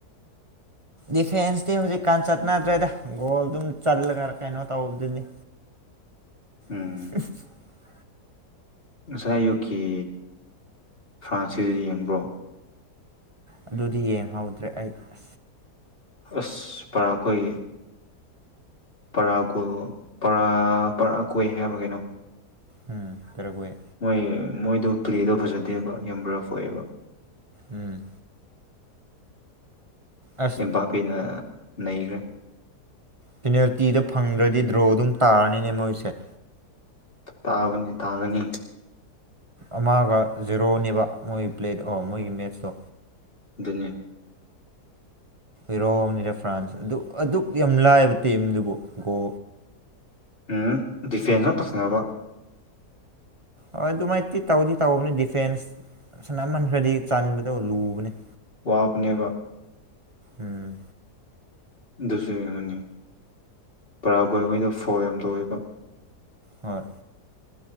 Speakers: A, on the right; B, on the left.
A: ꯗꯤꯐꯦꯟꯁꯇꯤ ꯍꯧꯖꯤꯛꯀꯥꯟ ꯆꯠꯅꯗ꯭ꯔꯦꯗ ꯒꯣꯜꯗꯨꯝ ꯆꯜꯂꯒ ꯀꯩꯅꯣ ꯇꯧꯕꯗꯨꯅꯤ
B: ꯎꯝ
A: <unintelligible>
B: ꯉꯁꯥꯏ ꯑꯨꯀꯤꯦ ꯐ꯭ꯔꯥꯟꯁꯀꯤꯗ ꯌꯦꯡꯕ꯭ꯔꯣ
A: ꯑꯗꯨꯗꯤ ꯌꯦꯡꯍꯧꯗ꯭ꯔꯦ ꯑꯩ ꯑꯁ
B: ꯑꯁ ꯄꯔꯥꯈꯣꯏ ꯄꯔꯥ ꯄꯔ ꯄꯔꯥ ꯀꯣꯏ ꯍꯥꯏꯕ꯭ꯔꯥ ꯀꯩꯅꯣ
A: ꯎꯝ ꯄꯦꯔꯥꯒ꯭ꯋꯦ
B: ꯃꯣꯏ ꯃꯣꯏꯗꯣ ꯄ꯭ꯂꯦꯗꯣ ꯐꯖꯗꯦꯕ ꯌꯥꯝ ꯕꯐ ꯑꯣꯏꯑꯦꯕ
A: ꯎꯝ ꯑꯁ
B: ꯏꯝꯄꯥꯛꯄꯤꯅ ꯅꯩꯈ꯭ꯔꯦ
A: ꯄꯦꯅꯦꯜꯇꯤꯗꯣ ꯐꯪꯗ꯭ꯔꯗꯤ ꯗ꯭ꯔꯣ ꯑꯗꯨꯝ ꯇꯥꯔꯅꯤꯅꯦ ꯃꯣꯏꯁꯦ
B: ꯇꯥꯕꯅꯤ ꯇꯥꯒꯅꯤ
A: ꯑꯃꯒ ꯖꯦꯔꯣꯅꯦꯕ ꯃꯣꯏꯒꯤ ꯄ꯭ꯂꯦꯗ ꯑꯣ ꯃꯣꯏꯒꯤ ꯃꯦꯠꯁꯇꯣ
B: ꯑꯗꯨꯅꯌꯥ
A: ꯌꯨꯔꯣꯞꯅꯤꯗ ꯐ꯭ꯔꯥꯟꯁ ꯑꯗꯨ ꯑꯗꯨꯛ ꯌꯥꯝ ꯂꯥꯏꯑꯕ ꯇꯤꯝꯗꯨꯕꯨ ꯒꯣ
B: ꯎꯝ ꯗꯤꯐꯦꯟꯁ ꯉ ꯇꯧꯁꯤꯅꯕ
A: ꯍꯣꯏ ꯑꯗꯨꯃꯥꯏꯇꯤ ꯇꯧꯗꯤ ꯇꯧꯕꯅꯤ ꯗꯤꯐꯦꯟꯁ ꯁꯅꯥꯃꯟꯈ꯭ꯔꯗꯤ ꯆꯟꯕꯗ ꯂꯨꯕꯅꯤ
B: ꯋꯥꯞꯅꯦꯕ
A: ꯎꯝ
B: ꯑꯗꯨꯁꯨ ꯌꯦꯡꯉꯨꯅꯤ ꯄꯔꯥꯒꯣꯏ ꯑꯩꯈꯣꯏꯗ ꯐꯧ ꯌꯥꯝ ꯇꯧꯏꯦꯕ
A: ꯍꯣꯏ